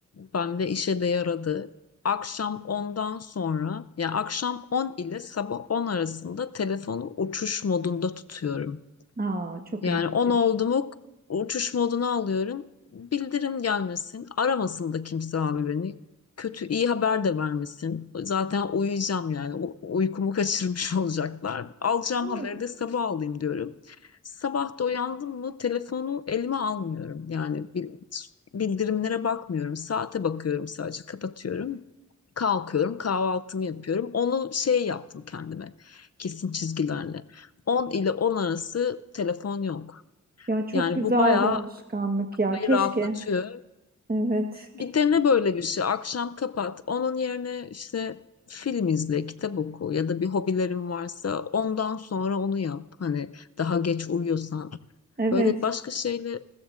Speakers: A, on the left; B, on the right.
A: Bende işe de yaradı. Akşam ondan sonra, yani akşam 10 ile sabah 10 arasında telefonu uçuş modunda tutuyorum.
B: Aa çok
A: Yani
B: iyi fikir.
A: 10 oldu mu uçuş moduna alıyorum. Bildirim gelmesin. Aramasın da kimse abi beni. Kötü iyi haber de vermesin. Zaten uyuyacağım yani. U- uykumu kaçırmış <laughs> olacaklar. Alacağım
B: Doğru.
A: haberi de sabah alayım diyorum. Sabah da uyandım mı telefonu elime almıyorum. Yani bil- bildirimlere bakmıyorum. Saate bakıyorum sadece kapatıyorum. Kalkıyorum kahvaltımı yapıyorum. Onu şey yaptım kendime kesin çizgilerle. 10 ile 10 arası telefon yok.
B: Ya çok
A: Yani
B: güzel
A: bu bayağı
B: bir alışkanlık
A: kafayı
B: ya. Keşke.
A: rahatlatıyor.
B: Evet.
A: Bir dene böyle bir şey. Akşam kapat. Onun yerine işte film izle, kitap oku ya da bir hobilerin varsa ondan sonra onu yap. Hani daha geç uyuyorsan.
B: Evet.
A: Böyle başka şeyle